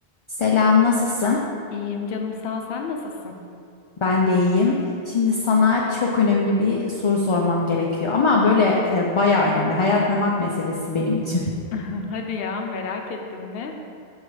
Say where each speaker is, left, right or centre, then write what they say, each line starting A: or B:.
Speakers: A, on the left; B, on the left.
A: Selam, nasılsın?
B: İyiyim canım sağ ol. Sen nasılsın?
A: Ben de iyiyim. Şimdi sana çok önemli bir soru sormam gerekiyor ama böyle e, bayağı önemli. Hayat memat meselesi benim için.
B: <laughs> Hadi ya merak ettim de.